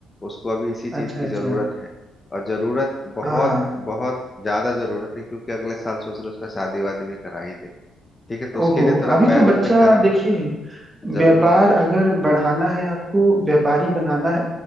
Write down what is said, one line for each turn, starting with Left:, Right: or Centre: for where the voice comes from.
Left: उसको अभी इसी चीज
Right: अच्छा
Left: की
Right: अच्छा
Left: जरूरत है और जरूरत बहुत
Right: हाँ हाँ
Left: बहुत ज्यादा जरूरत है क्योंकि अगले साल सोच रहे उसका शादी वादी भी करा ही दे ठीक है तो उसके
Right: ओहो
Left: लिए थोड़ा
Right: अभी
Left: पैर
Right: तो बच्चा
Left: रोड पे खड़ा होना
Right: देखिए
Left: अ, जरूरी
Right: व्यापार
Left: है
Right: अगर बढ़ाना है आपको व्यापारी बनाना है